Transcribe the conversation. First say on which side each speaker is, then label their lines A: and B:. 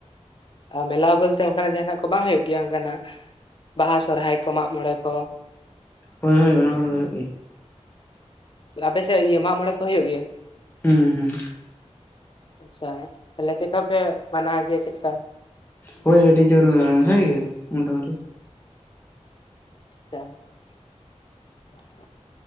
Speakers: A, on the left; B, on the left.
A: ᱟᱨ ᱢᱮᱞᱟ ᱵᱚᱞᱛᱮ ᱚᱱᱠᱟᱱᱟᱜ ᱡᱟᱦᱟᱱᱟᱜ ᱠᱚ ᱵᱟᱝ ᱦᱩᱭᱩᱜ ᱜᱮᱭᱟ ᱚᱱᱠᱟᱱᱟᱜ ᱵᱟᱦᱟ ᱥᱚᱨᱦᱟᱭ ᱠᱚ ᱢᱟᱜ ᱢᱚᱬᱮ ᱠᱚ
B: ᱦᱚ ᱦᱚ ᱚᱱᱟ ᱠᱚᱫᱚ ᱦᱩᱭᱩᱜ ᱜᱮᱭᱟ᱾
A: ᱟᱯᱮᱥᱮᱫ ᱤᱭᱟᱹ ᱢᱟᱜ ᱢᱚᱬᱮ ᱠᱚ ᱦᱩᱭᱩᱜ ᱜᱮᱭᱟ᱾
B: ᱦᱩᱸ ᱦᱩᱸ
A: ᱟᱪᱪᱷᱟ ᱛᱟᱦᱚᱞᱮ ᱪᱮᱫᱠᱟ ᱯᱮ ᱢᱟᱱᱟᱣ ᱜᱮᱭᱟ ᱪᱮᱫᱠᱟ,
B: ᱦᱳᱭ ᱟᱹᱰᱤ ᱡᱳᱨ ᱵᱷᱟᱜᱟ ᱜᱮ ᱢᱚᱴᱟᱢᱩᱴᱤ,
A: <inaudible>